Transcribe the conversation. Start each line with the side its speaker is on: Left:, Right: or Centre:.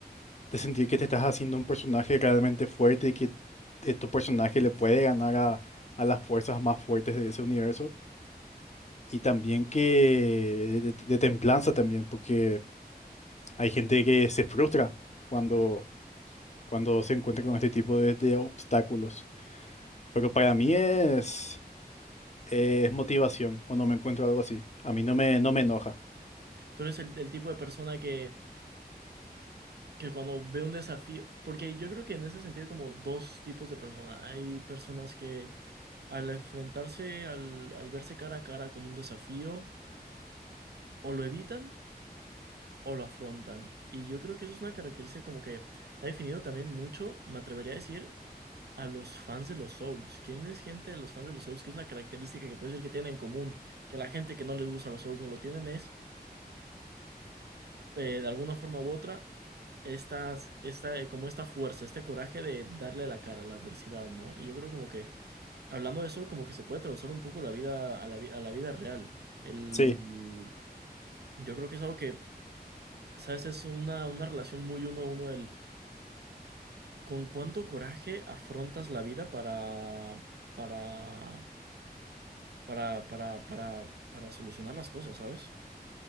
Left: de sentir que te estás haciendo un personaje realmente fuerte y que eh, tu personaje le puede ganar a, a las fuerzas más fuertes de ese universo. Y también que de, de- de templanza también, porque Hay gente que se frustra cuando, cuando se encuentra con este tipo de, de obstáculos. Pero para mí es, es motivación cuando me encuentro algo así. A mí no me, no me enoja.
Right: Tú eres el, el tipo de persona que, que cuando ve un desafío, porque yo creo que en ese sentido hay como dos tipos de personas. Hay personas que al enfrentarse, al, al verse cara a cara con un desafío, o lo evitan o lo afrontan. Y yo creo que eso es una característica como que ha definido también mucho, me atrevería a decir, A los fans de los Souls. ¿Quién es gente de los fans de los Souls? Que es una característica que puede ser que tienen en común, que la gente que no les gusta los Souls no lo tienen, es eh, de alguna forma u otra, estas, esta, eh, como esta fuerza, este coraje de darle la cara a la adversidad, ¿no? Y yo creo como que, hablando de eso, como que se puede traducir un poco la vida, a la, vi- a la vida real. El,
Left: Sí,
Right: yo creo que es algo que, ¿sabes? Es una, una relación muy uno a uno del con cuánto coraje afrontas la vida para, para para, para, para, para solucionar las cosas, ¿sabes?